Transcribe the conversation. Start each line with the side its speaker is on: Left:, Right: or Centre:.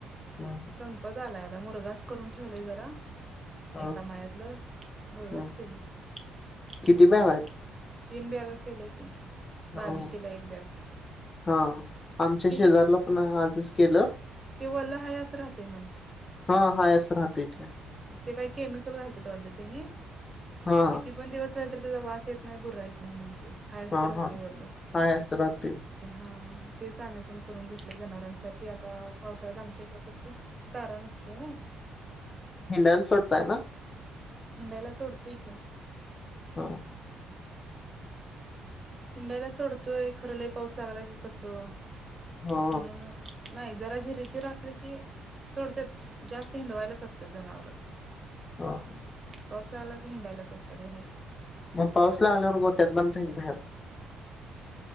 Left: हं.
Right: संपत आलाय आता. मुरगाास करून ठेवलेय जरा.
Left: हं,
Right: एका माळ्यातलं मुरघास
Left: हं.
Right: केलयं, मुरघास.
Left: किती बॅग आहेत?
Right: तीन बॅग केल्या की बावीेशेला
Left: हो हो.
Right: एक बॅग.
Left: हा, आमच्या
Right: ते
Left: शेजारला
Right: हे
Left: पण आजच केलं.
Right: ते वला हाय, हास राहते म्हण.
Left: हा, हायस राहत ते.
Right: ते काही केमिकल घालत्यात वाटतं त्यांनी,
Left: हा
Right: किती पण दिवस तरी त्याचा वास येत नाही, भुरा येत नाही म्हणते. हाय असचं
Left: हा
Right: राहते,
Left: हा
Right: बोललं.
Left: हाय असं राहतय
Right: हा, तेच आम्ही पण करून घेतले जनावरांसाठी आता, पावसाळ्यात आमच्या इकडें कस. चारा नसते ना.
Left: हिंडायला सोडतय ना?
Right: हिंडाईला सोडतोय की
Left: हा.
Right: हिंडायला सोडतोय खरं, लई पाऊस लागला की कसं
Left: हो
Right: म्हणून नाही, जरा झिर-झिर असलं की सोडत्यात जास्त हिंडवायलाच असत्यात जनावर.
Left: हा-हा.
Right: पाऊस लागला की हिंडायलाच असतात बाहेर.
Left: मग पाऊस लागल्यावर गोट्यात बांधता का बाहेर?